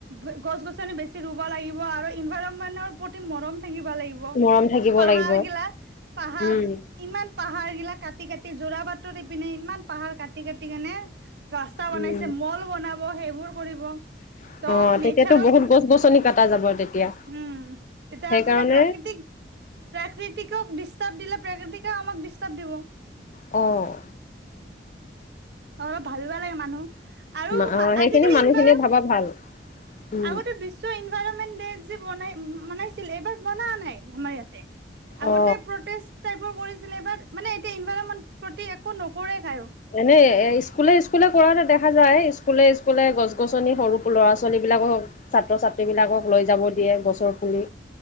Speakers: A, on the right; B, on the left.
A: ব-গছ-গছনি বেছি ৰুব লাগিব আৰু ইনভাইৰমেনৰ প্ৰতি মৰম থাকিব লাগিব।
B: মৰম থাকিব
A: পাহাৰ
B: লাগিব
A: গিলা, পাহাৰ
B: উম
A: ইমান পাহাৰ গিলা কাটি কাটি, যোৰা বাটৰ ইপিনে ইমান পাহাৰ কাটি কাটি কেনে। ৰাস্তা বনাইছে,
B: উম।
A: ম'ল বনাব হেইবোৰ কৰিব।
B: <inaudible>
A: ত
B: অ' তেতিয়াতো
A: নেচাৰক
B: বহুত গছ-গছনি কাটা যাব তেতিয়া।
A: উম তেতিয়া
B: হেকাৱণে
A: মানে প্ৰাকৃতিক প্ৰাকৃতিকক ডিষ্টাব দিলে প্ৰাকৃতিকেও আমাক ডিষ্টাব দিব।
B: অ'।
A: অলপ ভাবিবা লাগে মানুহ। আৰু
B: মা, অ' হেইখিনি
A: আজিকালি
B: মানুহখিনিয়ে
A: ইনভাৰ
B: ভাবা ভাল। উম
A: আগতে বিশ্ব ইনভাইৰমেন ডেইট যে বনাই, মনাইছিল এইবাৰ বনা নাই আমাৰ ইয়াতে। আগতে
B: অ।
A: প্ৰটেচ টাইপৰ কৰিছিলে এবাৰ, মানে এতিয়া ইনভাইৰমেন প্ৰতি একো নকৰে। <unintelligible>
B: এনে এ স্কুলে স্কুলে কৰা এটা দেখা যায়, স্কুলে স্কুলে গছ-গছনি সৰু ল'ৰা-ছোৱালী বিলাক হক। ছাত্ৰ-ছাত্ৰীবিলাকক লৈ যাব দিয়ে গছৰ পুলি।